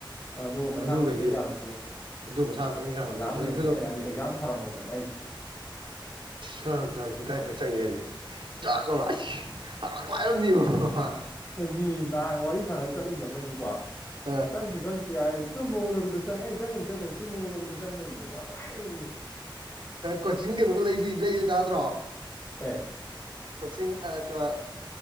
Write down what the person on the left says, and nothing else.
ꯑꯗꯨꯒ ꯃꯁꯥ
ꯑꯃꯇꯣꯟꯗ ꯌꯥꯔꯝꯗ꯭ꯔꯦ
ꯑꯦꯛꯖꯥꯝ
ꯂꯣꯏꯔꯝꯗ ꯑꯩꯅ ꯑꯩ ꯑꯦꯛꯖꯥꯝ ꯊꯥꯔꯝꯃꯣꯏꯗꯕꯅꯦ ꯑꯩꯁꯦ
ꯃꯤ ꯅꯍꯥꯟ ꯋꯥꯔꯤ ꯁꯥꯟꯅ ꯆꯠꯂꯤꯅꯦ ꯑꯩꯈꯣꯏꯅꯤꯀꯣ
ꯑꯁ ꯆꯪꯗꯦ ꯆꯪ ꯇꯨꯝ ꯃꯣꯒꯠꯂꯛꯄꯗ ꯆꯪꯉꯦ ꯑꯩ ꯆꯪꯅꯤ ꯆꯪꯒꯅꯤ ꯇꯨꯝ ꯃꯣꯠꯂꯛꯄꯗ ꯆꯪꯅꯤꯅꯦ ꯃꯥ ꯅꯨꯡꯉꯥꯏꯔꯛꯏꯅꯤ
ꯀꯩ